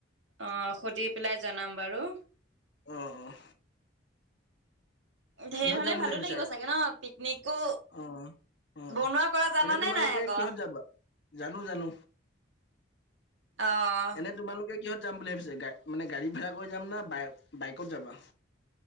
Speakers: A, on the right; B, on the left.
A: অ', সুধি পেলাই জনাম বাৰু।
B: অ', অ'।
A: ঢেৰ
B: কিহত
A: হ'লে
B: যাম বুলি
A: ভালো
B: ভাবিছা
A: লাগিব চাগে ন' পিকনিকো
B: অ অ
A: বনোৱা কৰা জান
B: এনে তোমালোকে
A: নে নাই আকৌ?
B: কিহত যাবা জানো জানো।
A: অ'।
B: এনে তোমালোকে কিহত যাম বুলি ভাবিছা? গ- মানে গাড়ী ভাড়া কৰি যাম নাই বাইকত যাবা।